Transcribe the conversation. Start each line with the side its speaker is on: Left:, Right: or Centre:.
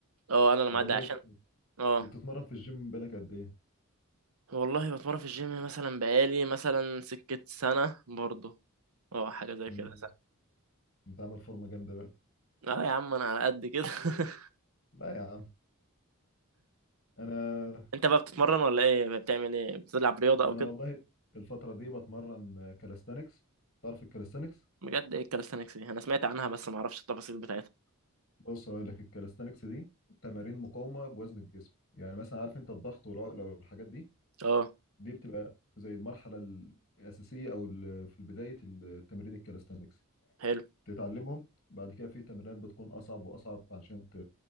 Right: آه، انا اللي
Left: طب
Right: معدي
Left: والله
Right: عشان
Left: جامد
Right: اه
Left: وبتتمرن في الجيم بالك قد ايه
Right: والله بتمرن في الجيم مثلا بقالي مثلا سكة سنة برضه اه حاجة زي
Left: مم.
Right: كده
Left: انت عامل فورمه جامده بقى
Right: اه يا عم انا على قد كده <laughs>
Left: لا يا عم انا
Right: انت بقى بتتمرن ولا ايه بتعمل ايه بتلعب رياضه او
Left: انا
Right: كده
Left: والله الفتره دي بتمرن كاليستانكس تعرف الكاليستانكس
Right: بجد ايه الكاليستانكس دي انا سمعت عنها بس ما اعرفش التفاصيل بتاعتها
Left: بص هقول لك الكاليستانكس دي تمارين مقاومه بوزن الجسم يعني مثلا عارف انت الضغط والعقله والحاجات دي
Right: اه
Left: دي بتبقى زي المرحله الاساسيه او ال- في بدايه التمرين الكاليستانكس
Right: حلو
Left: بتتعلمهم بعد كده في تمرينات بتكون اصعب واصعب علشان ت...